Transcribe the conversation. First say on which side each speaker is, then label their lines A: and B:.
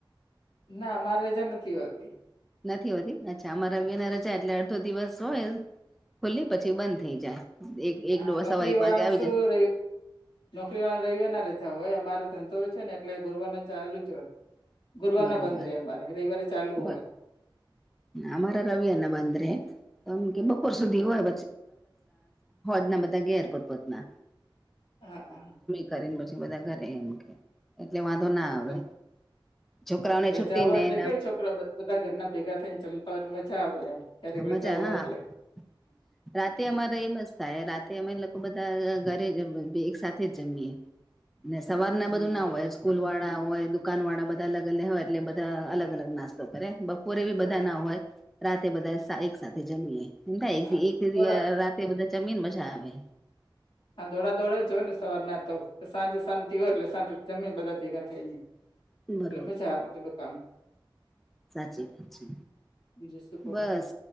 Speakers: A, on the left (about 70°); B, in the centre.
A: ના અમાર રજા નથી હોતી.
B: નથી હોતી અચ્છા અમા રવ્ય ના રજા એટલે અડધો દિવસ હોય ખુલ્લી પછી બંધ થઈ જાય. એક એક
A: હા
B: દોઢ
A: નોકરી
B: સવા એક
A: વાળા
B: વાગે આવી
A: ને શું
B: જાય
A: રેય નોકરી વાળા રયવારના રજા હો હોય અમારો ધંધો હોય છે ને એટલે ગુરવાર ના ચાલુ જ હોય ગુરવાર
B: બરોબર
A: ના બંધ રહેે અમારે રવિવારે ચાલુ
B: બ
A: હોય.
B: અમારા રવિયા ના બંધ રે તોમ કે બપોર સુધી હોય <unintelligible> ના બધા ઘેર પોત પોતના
A: હા હા
B: કરીને પછી બધા ઘરે એમ કે એટલે વાંધો
A: હમ
B: ના આવે
A: તમ
B: છોકરાઓને
A: રજા
B: છુટી
A: હોય
B: ને
A: એટલે
B: એ
A: કેવું છોકરા બ બધા ઘરના ભેગા થઈ ને જમતા હોય ને મજા આવે એમ ક્યારેક
B: મજા
A: રજા હોય
B: હા
A: એટલે
B: <inaudible> રાતે અમારે એમ જ થાય રાતે અમે લોકો બધા ઘરે જ એક સાથે જ જમીએ. અને સવાર ના
A: હમ
B: બધું ના હોય સ્કૂલ વાળા હોય દુકાન વાળા બધા અલગ અલગ હોય એટલે બધા અલગ અલગ નાસ્તો કરે બપોરે બી
A: હા
B: બધા ના હોય રાતે બધા એક સાથે જમીએ <unintelligible>
A: હા દોડા
B: તે બધા જમીન મજા આવે.
A: હા દોડા દોડા જ હોય ને સવારના તો સાંજે શાંતિ હોય એટલે સાથે જમે બધા ભેગા થઈ ને
B: બરોબર
A: એટલે મજા આવે તો દુકાન
B: સાચી વાત છે
A: બીજું શું કહો
B: બસ